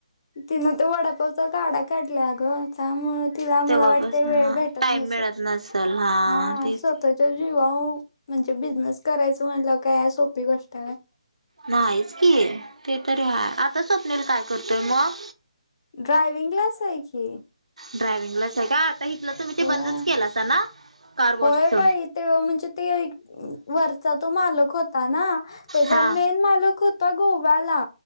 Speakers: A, on the left; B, on the right.
A: तिनं तो वडापावचा गाडा काढल्या गं. त्यामुळे तिला
B: तेव्हापासून
A: मला वाटतय, वेळ
B: हा
A: भेटत
B: टाइम
A: नसेल,
B: मिळत नसल
A: हा
B: तेच
A: स्वतः जीवाव, म्हणजे बिझनेस करायचं म्हटलं काय सोपी गोष्ट हाय होय?
B: नाहीच की, ते तरी आहे, आता स्वप्नील काय करतोय मग?
A: ड्रायविंगलाच आहे की.
B: ड्रायव्हंग लाच आहे का, आता इथलं तुम्ही ते
A: होय
B: बंदच केलंसां ना! कार
A: होय
B: वॉशच
A: बाई ते म्हणजे ते वरचा तो मालक होता ना, त्याचा
B: हा
A: मेन मालक हो त गोवा्याला,